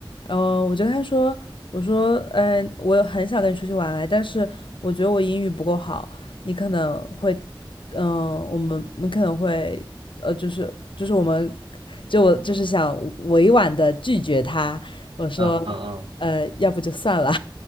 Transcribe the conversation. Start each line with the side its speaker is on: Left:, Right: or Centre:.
Left: 嗯，我就跟他说。我说，嗯、呃我很想跟你出去玩哎，但是我觉得我英语不够好，你可能会，嗯、我们我们可能会，呃，就是就是我们，就我就是想委婉的拒绝他，我说，
Right: 嗯嗯嗯，
Left: 呃，要不就算了，